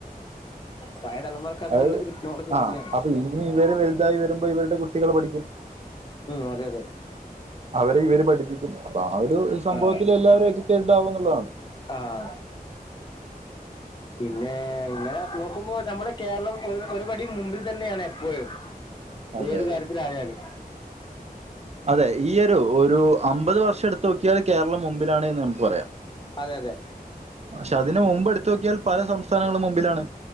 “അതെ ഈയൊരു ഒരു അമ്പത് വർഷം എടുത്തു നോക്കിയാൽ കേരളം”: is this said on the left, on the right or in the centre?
Right